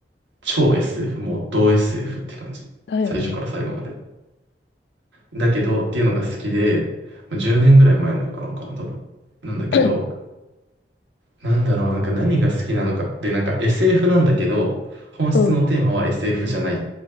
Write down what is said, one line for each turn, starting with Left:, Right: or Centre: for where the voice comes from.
Right: 超 SF、もう同 SF って感じ。
Left: だよね。
Right: 最初から最後まで。だけど、っていうのが好きで、まあ10年ぐらい前の映画なのかな、多分。なんだけど、
Left: <clears throat>
Right: なんだろう、なんか何が好きなのかって、なんか SF なんだけど、本質のテーマは
Left: うん。
Right: SF じゃない